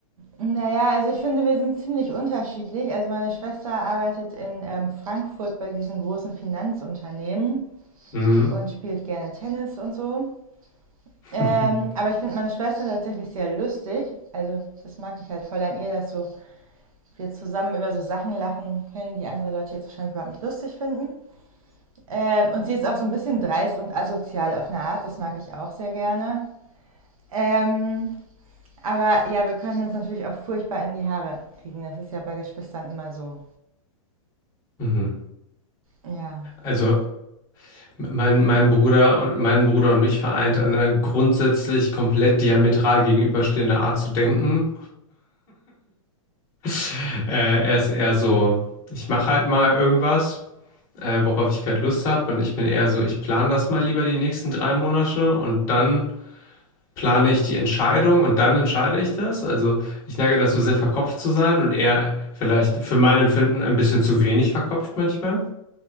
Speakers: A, on the right; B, on the left.
A: naja, also ich finde, wir sind ziemlich unterschiedlich. Also meine Schwester arbeitet in ähm, Frankfurt bei diesen großen Finanzunternehmen
B: Hm.
A: und spielt gerne Tennis und so.
B: <laughs>
A: Ähm, aber ich finde meine Schwester tatsächlich sehr lustig. Also das mag ich halt voll an ihr, dass so wir zusammen über so Sachen lachen können, die andere Leute jetzt wahrscheinlich überhaupt nicht lustig finden. Ähm, und sie ist auch so ein bisschen dreist und asozial auf eine Art, das mag ich auch sehr gerne. Ähm, aber ja, wir können uns natürlich auch furchtbar in die Haare kriegen. Das ist ja bei Geschwistern immer so.
B: Mhm.
A: Ja.
B: Also mein, mein Bruder und meinen Bruder und mich vereint eine grundsätzlich komplett diametral gegenüberstehende Art zu denken. <laughs> Äh, er ist eher so, ich mache halt mal irgendwas, äh, worauf ich gerade Lust habe, und ich bin eher so, ich plane das mal lieber die nächsten drei Monate und dann plane ich die Entscheidung und dann entscheide ich das. Also ich neige dazu, sehr verkopft zu sein und eher vielleicht für mein Empfinden ein bisschen zu wenig verkopft manchmal.